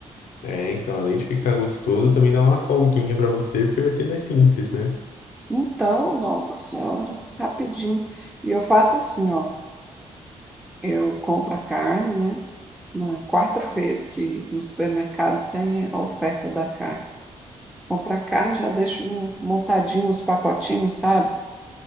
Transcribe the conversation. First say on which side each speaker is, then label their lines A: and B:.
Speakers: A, on the left; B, in the centre.
A: É, então, além de ficar gostoso, também dá uma folguinha pra você, porque vai ser mais simples, né?
B: Então, nossa senhora, rapidinho. E eu faço assim, ó, eu compro a carne, né? Na quarta-feira, que no supermercado tem a oferta da carne. Compro a carne, já deixo montadinho os pacotinhos, sabe?